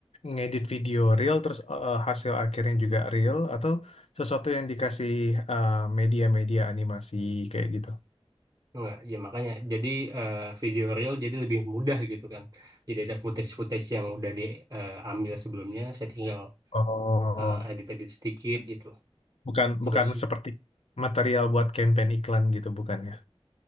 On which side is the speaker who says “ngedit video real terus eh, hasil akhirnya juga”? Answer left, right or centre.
Left